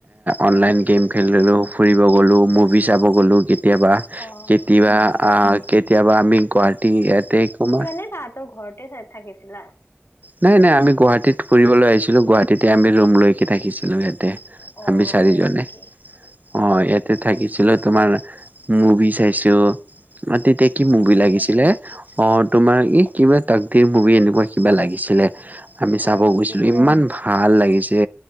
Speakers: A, on the right; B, on the left.
A: অনলাইন
B: আচ্ছা,
A: গেম খেলিলোঁ, ফুৰিব গ'লোঁ। মুভি চাব গ'লো কেতিয়াবা।
B: অ',
A: কেতিয়াবা
B: হয় নেকি?
A: অ' কেতিয়াবা আমি গুৱাহাটী ইয়াতে কমাৰ।
B: এই তাহঁতৰ ঘৰত। কি চাই চাই গৈছিলা।
A: নাই, নাই, আমি গুৱাহাটীত ফুৰিবলৈ আহিছিলোঁ। গুৱাহাটীতে আমি ৰুম লৈকে থাকিছিলোঁ সিহঁতে।
B: অ',
A: আমি চাৰিজনে
B: হয় নেকি?
A: অ' ইয়াতে থাকিছিলোঁ। তোমাৰ মুভি চাইছোঁ, অ' তেতিয়া কি মুভি লাগিছিলে। অ' তোমাৰ ই কিবা তাকদিৰ মুভি এনেকুৱা কিবা লাগিছিলে। আমি
B: হয়
A: চাব
B: নেকি?
A: গৈছিলোঁ। ইমান ভাল লাগিছে